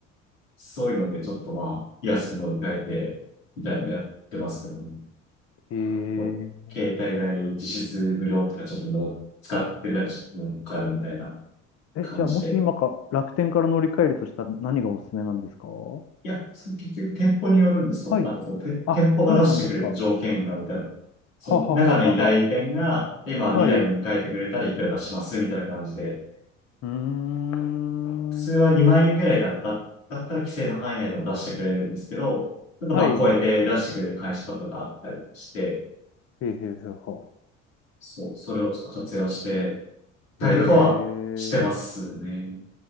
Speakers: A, on the left; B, on the left.
A: そういうのでちょっとまあ、安く乗り換えて、みたいなのやってますけどね。
B: え
A: もう携帯代実質無料とか、
B: ー。
A: ちょっともう使ってるだけちょっと儲かるみたいな
B: え、
A: 感じで。
B: じゃあもし今か楽天から乗り換えるとしたら何がおすすめなんですかは
A: いや、その結局店舗によるんですよ。
B: い。
A: なんかそう、て店舗が出してくれる条件が、
B: あ、そうなんですか。
A: みたいな。その中の代理店が、
B: はははははは。
A: 今2台飲み替えてくれたらいくら出しますみたいな感じで。
B: はい。うーん。
A: 普通は2万円ぐらいだった、だったら規制の範囲内でも出してくれるんですけど、ちょっとまあ超えて出してくれる会社とかがあったりして、
B: はい。へえへえへえは。
A: そう、それをちょっと活用してたりとかはしてますね。
B: へえ。